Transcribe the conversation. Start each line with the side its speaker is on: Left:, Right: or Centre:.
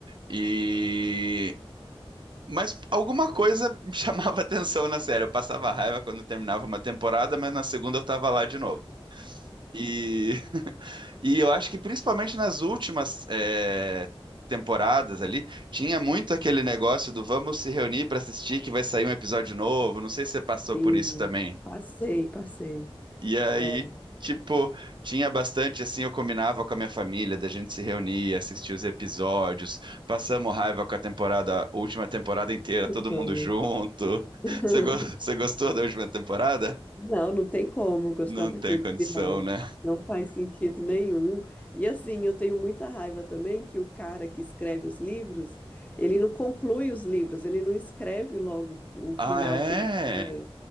Right: E mas alguma coisa me chamava <laughs> atenção na série. Eu passava raiva quando terminava uma temporada, mas na segunda eu tava lá de novo. E, e eu acho que principalmente nas últimas eh, temporadas ali, tinha muito aquele negócio do vamos se reunir para assistir que vai sair um episódio novo. Não sei se você passou
Left: Sim,
Right: por isso também.
Left: passei, passei.
Right: E aí,
Left: É.
Right: tipo, tinha bastante assim, eu combinava com a minha família, da gente se reunir, assistir os episódios, passamos raiva com a temporada, a última temporada inteira,
Left: Uhum.
Right: todo mundo junto.
Left: <laughs>
Right: Você, go- <laughs> você gostou da última temporada?
Left: Não, não tem como gostar
Right: Não
Left: daquele
Right: tem condição,
Left: final.
Right: né?
Left: Não faz sentido nenhum. E assim, eu tenho muita raiva também que o cara que escreve os livros, ele não conclui os livros, ele não escreve logo o final
Right: Ah, é?
Left: que ele quer.